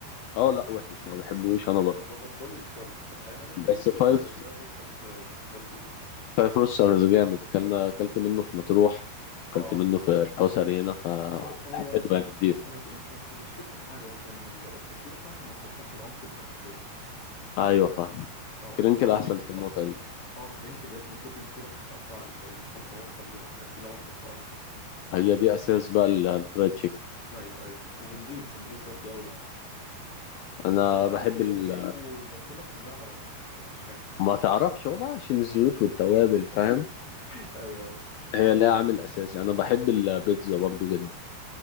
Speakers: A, on the left; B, on the left.
A: اه لا وحش ما بحبوش انا برضه
B: ما بفضلوش خالص بصراحه يعني انا كرينكل
A: بس فايف
B: وفايف بروسترز آه، بالنسبه لي حلو
A: فايف روسترز جامد كلنا اكلت منه في مطروح اكلت
B: اه
A: منه في الحوسري هنا فحلو
B: هو هو نضيف
A: يعني نضيف
B: نضيف بس مشكلته في حاجه بس ان ال- التتبيله بتاعته ما بتوصلش لعمق الفرخه جوه
A: ايوه فاهم
B: اه
A: كرنكل
B: بس هو نضيف
A: احسن في
B: بصراحه
A: النقطه دي
B: اه كرينكل يا ابني كل نسيره بتتقطع ال- الخلطه واصله ليها التتبيله واصله بصراحه
A: هي دي اساس بقى ال- الفرايد تشيكن
B: ايوه ايوه ونضيف نضيف برضو قوي يعني
A: انا
B: بس انا مش
A: بحب
B: عارف ليه
A: ال...
B: نضيف وبطننا بتوجعنا بعد ما ناكله انا مش فاهم
A: ما تعرفش هو بقى عشان الزيوت والتوابل فاهم
B: <laughs> ايوه ايوه
A: هي ليها عامل اساسي انا بحب البيتزا برضو جدا